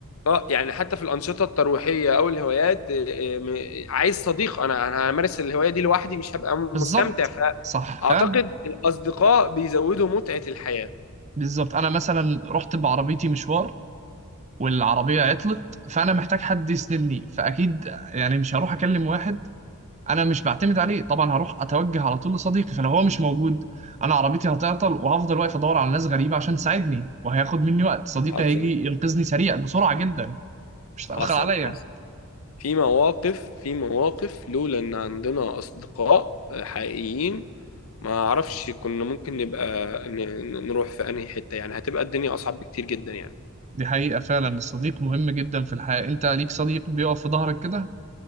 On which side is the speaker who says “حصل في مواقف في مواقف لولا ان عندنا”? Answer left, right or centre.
Left